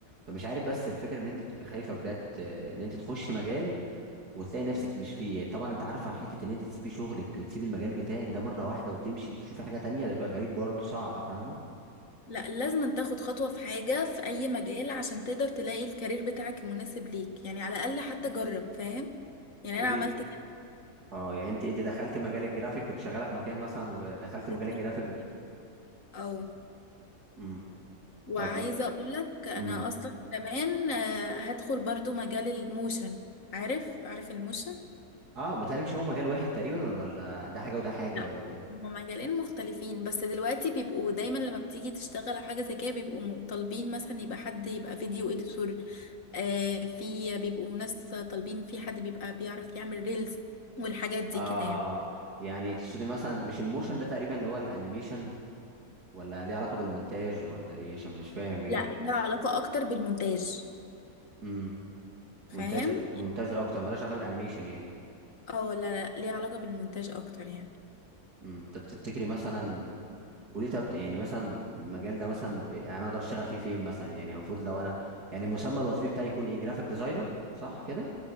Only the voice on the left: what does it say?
لا لازم تاخد خطوه في حاجه في اي مجال عشان تقدر تلاقي الكارير بتاعك المناسب ليك يعني على الاقل حتى جرب فاهم يعني
انا عملت
كده
بالظبط
كده اه
وعايزه
اقول لك انا
اصلا كمان آه هدخل برضو مجال الموشن عارف عارف الموشن
لا
هما مجالين مختلفين بس دلوقتي بيبقوا دايما لما بتيجي تشتغل على حاجة زي كده بيبقوا م- طالبين مثلا يبقى حد يبقى فيديو اديتور آه في بيبقوا ناس طالبين في حد بيبقى بيعرف يعمل ريلز والحاجات دي
كده يعني
لا ليها علاقة اكتر بالمونتاج
فاهم
اه لا لا ليها علاقة بالمونتاج اكتر يعني